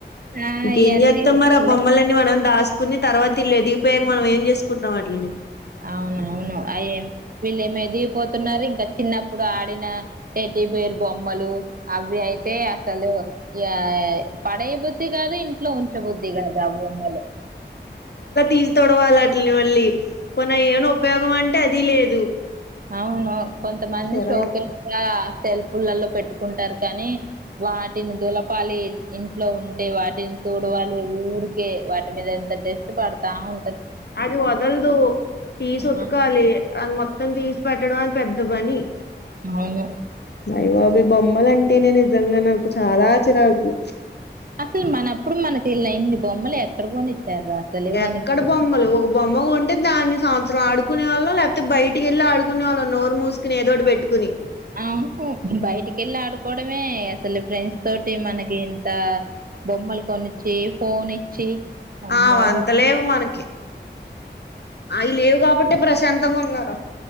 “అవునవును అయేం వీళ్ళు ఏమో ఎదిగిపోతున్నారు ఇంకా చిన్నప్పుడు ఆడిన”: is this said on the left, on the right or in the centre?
Right